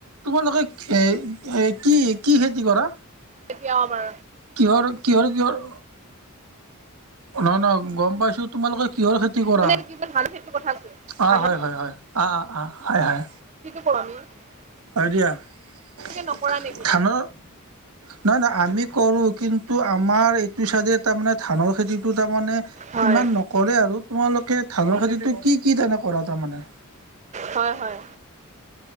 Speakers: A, on the right; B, on the right.
A: তোমালোকে খে এ, কি কি খেতি কৰা?
B: কেতিয়া আমাৰ।
A: কিহৰ, কিহৰ, কিহৰ নহয়, নহয় গম পাইছো তোমালোকে কিহৰ খেতি কৰা?
B: মানে কি বুলি ধানৰ খেতিৰ কথা কৈছো
A: অ,
B: ধানৰ
A: হয়
B: খেতি
A: হয় হয় অ, অ, হয় হয়।
B: <unintelligible>
A: হয় দিয়া। ধানৰ
B: তোমালোকে নকৰা নেকি
A: নহয় নহয়, আমি কৰো কিন্তু আমাৰ। টো চাইডে তাৰমানে ধানৰ খেতিটো তাৰমানে সিমান
B: হয়
A: নকৰে আৰু তোমালোকে। ধঢালৰ খেতিতটো কি কি তাৰে কৰা তাৰমানে?
B: হয় হয়